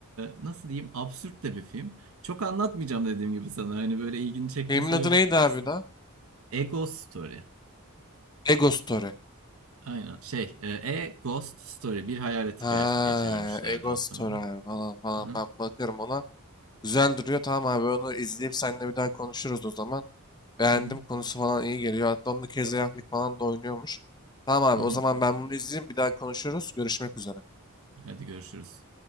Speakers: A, on the right; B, on the left.
A: nasıl diyeyim absürt de bir film. Çok anlatmayacağım dediğim gibi sana hani böyle ilgini çektiyse
B: Filmin adı
A: bir
B: neydi
A: bakarsın.
B: abi daha?
A: A Ghost Story
B: Ego Story.
A: aynen şey e, A Ghost Story bir hayalet
B: Ha,
A: hikayesi diye çevirmişlerdir
B: Ego
A: muhtemelen.
B: Story abi falan falan.
A: Hı hı,
B: Ben bakarım ona. Güzel duruyor. Tamam abi onu izleyip seninle bir daha konuşuruz o zaman. Beğendim
A: hı hı,
B: konusu falan iyi geliyor. Hatta onda Casey Affleck falan da oynuyormuş. Tamam abi
A: hı hı.
B: o zaman ben bunu izleyeyim bir daha konuşuruz. Görüşmek üzere.
A: Hadi görüşürüz.